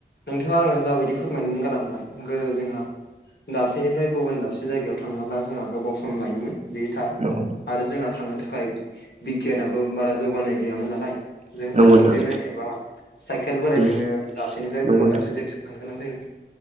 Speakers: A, on the left (about 70°); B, on the right (about 40°).
A: नोंथाङा आंना जाबायदि फोरमायनानै गालांबाय गोदो जोंहा दाबसेनिफ्राय गुबुन दाबसे खाबसे जायगायाव थाङाब्ला जोंहा गोबाव सम लायोमोन बे थार।
B: लोगो
A: आरो जोंहा थांनो थाखाय बिगियानाबो बारा जौगानाय गैयामोन नालाय
B: नंगौ
A: जों आथिंजोंनो
B: नोंथां
A: एबा साइकेल बोराइजोंनो
B: नंगौ
A: दाबसेनिफ्राय
B: नंगौ
A: गुबुन
B: नोंथां
A: दाबसे जायगासिम नो गोनां जायोमोन